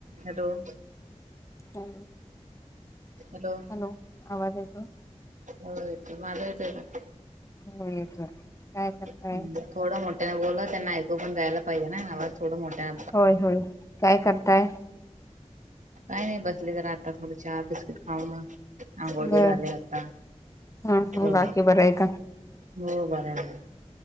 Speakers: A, on the right; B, on the left.
A: Hello.
B: Hello.
A: Hello.
B: Hello आवाज येतोय?
A: हो येतोय. माझा येतोय का?
B: हो येतोय काय करताय?
A: हम् थोडं मोठ्याने बोला त्यांना ऐकू पण जायला पाहिजे ना आवाज थोड मोठ्या
B: होय होय. काय करताय?
A: काय नाय बसले जरा आत्ताच थोडं चहा बिस्किट खाऊनं. आंघोळ
B: बर.
A: ते झाले आत्ता
B: हम्म
A: हो.
B: बाकी बरं आहे का?
A: हो बराय.